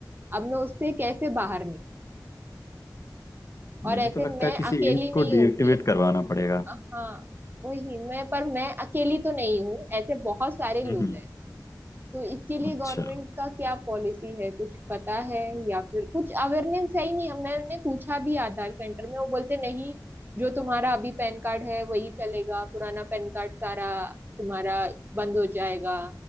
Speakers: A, on the right; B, on the left.
A: अब मैं उससे कैसे बाहर निकलूँ और
B: मुझे
A: ऐसे
B: तो लगता
A: मैं
B: है किसी
A: अकेली
B: एक को
A: नहीं
B: डीएक्टिवेट
A: हूँगी
B: करवाना पड़ेगा
A: हाँ वही मैं पर मैं अकेली तो नहीं हूँ ऐसे बहुत सारे लोग
B: हम्म
A: हैं तो इसके लिए
B: अच्छा
A: गवर्नमेंट का क्या पॉलिसी है कुछ पता है या फिर कुछ अवेयरनेस है ही नहीं हमने हमने पूछा भी आधार सेंटर में वो बोलते नहीं जो तुम्हारा अभी पैन कार्ड है वही चलेगा पुराना पैन कार्ड सारा तुम्हारा बंद हो जाएगा